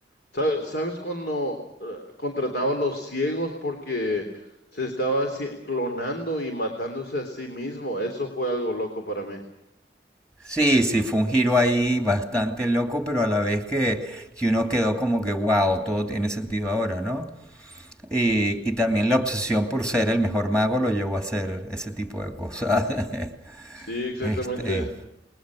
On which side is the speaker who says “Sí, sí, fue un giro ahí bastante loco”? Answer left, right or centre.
Centre